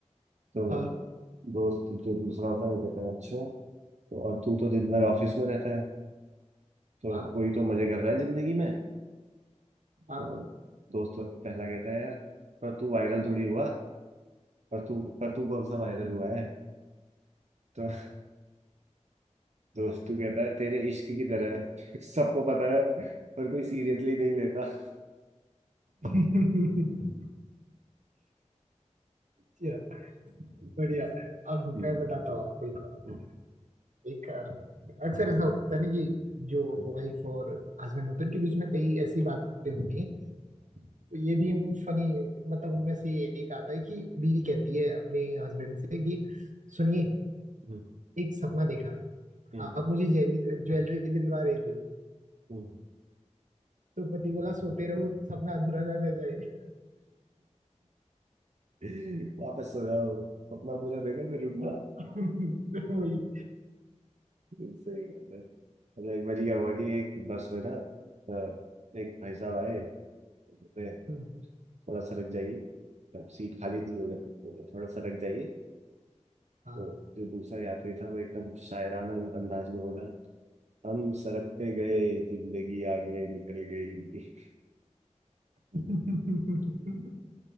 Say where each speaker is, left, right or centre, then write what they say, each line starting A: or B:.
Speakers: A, on the right (about 65°); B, on the right (about 90°).
A: तो
B: हाँ
A: दोस्त जो दूसरा होता है वो कहता है अच्छा तो और तू तो दिन भर ऑफिस में रहता है तो
B: हाँ
A: कोई तो मजे कर रहा है जिंदगी में
B: हाँ
A: तो दोस्त तो पहला कहता है यार पर तू वायरल थोड़ी हुआ पर तू पर तू कौन सा वायरल हुआ है तो <laughs> दोस्त तू कहता है तेरे इश्क की तरह है। <laughs> सबको पता है पर कोई सीरियसली नहीं लेता <laughs>
B: हाँ। <laughs> बढ़िया अब
A: हम्म
B: मैं बताता हूँ आपको एक और।
A: हम्म,
B: एक अ, अक्सर ऐसा होता है ना कि जो वाइफ और हस्बैंड होते हैं उनके बीच में कई ऐसी बातें होती हैं तो ये भी फनी मतलब उनमें से एक आता है कि बीवी कहती है अपने हस्बैंड से कि सुनिए
A: हम्म,
B: एक सपना देखा
A: हम्म,
B: आप मुझे ज्वेलरी ज्वेलरी दिलवा रहे थे
A: हम्म।
B: तो पति बोला सोते रहो सपना अधूरा ना रह जाए
A: <laughs> वापस सो जाओ अपना पूरा देखो फिर उठना
B: <laughs>
A: <laughs>
B: वही
A: सही बात है मतलब एक बार क्या हुआ कि एक बस में ना अ, एक भाई साहब आए बोले,
B: हम्म,
A: थोड़ा सरक जाइए अब सीट खाली थी उन्होंने बोला, थोड़ा सरक जाइए
B: हाँ
A: जो जो दूसरा यात्री था वो एकदम शायराना अंदाज में बोला हम सरकते गए जिंदगी आगे निकल गई <laughs>
B: <laughs>